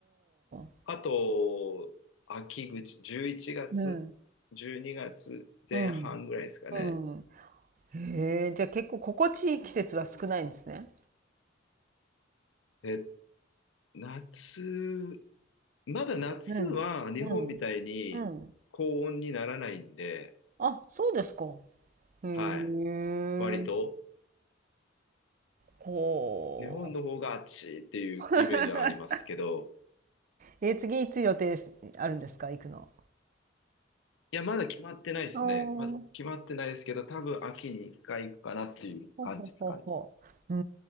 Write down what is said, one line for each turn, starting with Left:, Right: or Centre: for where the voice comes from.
Right: ー。
Left: あと、秋口、11月、
Right: うん。
Left: 12月前半ぐらいですかね。
Right: うん。うん。へえ、じゃあ結構心地いい季節は少ないんですね。
Left: え、夏、まだ夏は日本みたいに高温にならないんで、
Right: うん。うん。うん。あ、そうですか。へえ。
Left: はい。割と、
Right: こ
Left: 日本の方が暑いっていうイメージはありますけど、
Right: う。<laughs> え、次いつ予定すあるんですか行くの。
Left: いや、まだ決まってないですね。
Right: おー、
Left: ま、決まってないですけど、多分秋に一回行くかなっていう感じですかね。
Right: ほほほほ。うー